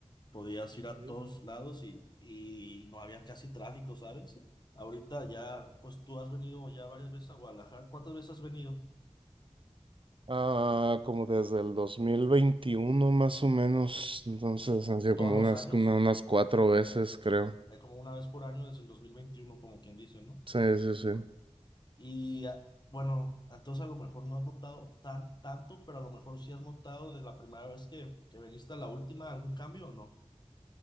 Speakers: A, on the left (about 40°); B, on the right (about 50°).
A: podías ir
B: Ok.
A: a todos lados y, y no había casi tráfico, ¿sabes? Ahorita ya, pues tú has venido ya varias veces a Guadalajara. ¿Cuántas veces has venido?
B: Ah, como desde el 2021 más o menos, entonces han sido
A: ¿Todos
B: como
A: los
B: unas,
A: años?
B: una- unas cuatro veces, creo.
A: Eh, como una vez por año desde el 2021 como quien dice, ¿no?
B: Sí, sí, sí.
A: Y ah, bueno, entonces a lo mejor no has notado tan, tanto, pero a lo mejor sí has notado de la primera vez que, que viniste a la última algún cambio o no.